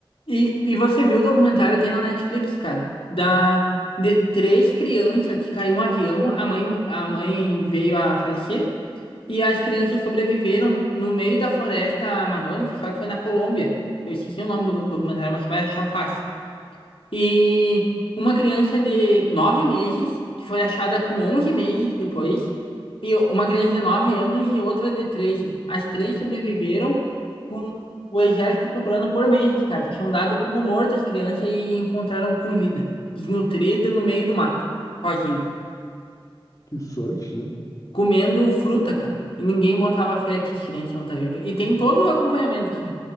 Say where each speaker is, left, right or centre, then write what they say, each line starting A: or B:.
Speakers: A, on the left (about 75°); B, on the left (about 40°).
A: E, e você viu o documentário, tem na Netflix, cara, da, de três crianças que caiu um avião, a mãe, mo- a mãe veio a falecer, e as crianças sobreviveram no meio da floresta amazônica, só que foi na Colômbia. Eu esqueci o nome do documentário, mas você vai achar fácil. E uma criança de 9 meses, que foi achada com 11 meses depois, e uma criança de 9 anos e outra de treze As três sobreviveram com o exército procurando por meses, cara. Tinham dado como morta as crianças e encontraram com vida, desnutrida no meio do mato, sozinho,
B: Que sorte, né?
A: comendo fruta, cara. E ninguém botava fé que as crianças iam estar vivas. E tem todo o acompanhamento aqui.